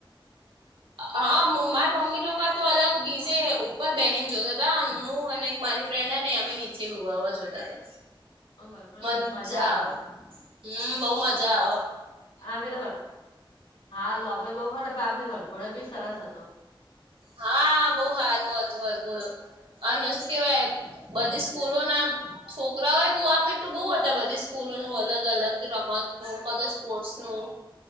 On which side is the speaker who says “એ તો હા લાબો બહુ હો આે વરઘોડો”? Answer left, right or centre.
Left